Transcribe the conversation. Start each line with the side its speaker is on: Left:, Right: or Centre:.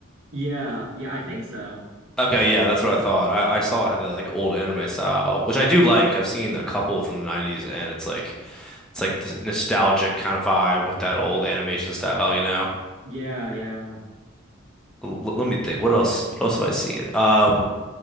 Right: Yeah, yeah, I think so.
Centre: Okay, yeah, that's what I thought. I, I saw it had that like old anime style, which I do like. I've seen a couple from the 90s and it's like it's like this nostalgic kind of vibe with that old animation style, you know.
Right: Yeah, yeah.
Centre: L let me think. What else? What else have I seen? Um,